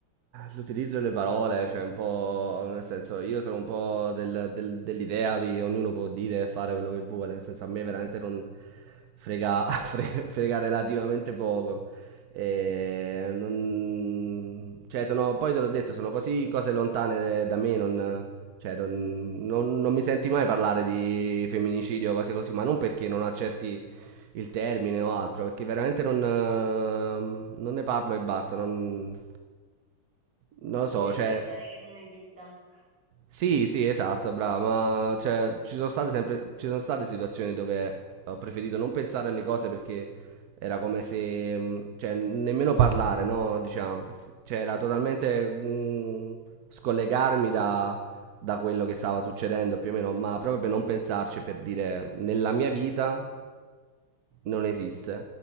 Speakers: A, on the right; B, on the right.
A: l'utilizzo delle parole, cioè un po', nel senso, io sono un po' del- del- dell'idea di ognuno può dire e fare quello che vuole, nel senso a me veramente non frega, <laughs> fre- frega relativamente poco. E non- cioè sono, poi te l'ho detto, sono così cose lontane da me, non, cioè non, non- non mi senti mai parlare di femminicidio o cose così, ma non perché non accetti il termine o altro, perché veramente non, eh, non ne parlo e basta, non, non lo so,
B: Ti piace
A: cioè,
B: pensare che non esista?
A: sì, sì, esatto, brava,
B: Mm.
A: ma cioè, ci sono state sempre, ci sono state situazioni dove ho preferito non pensare alle cose perché era come se, mh, cioè, nemmeno parlare, no, diciamo, cioè, era totalmente mh, scollegarmi da, da quello che stava succedendo più o meno, ma proprio per non pensarci, per dire, nella mia vita non esiste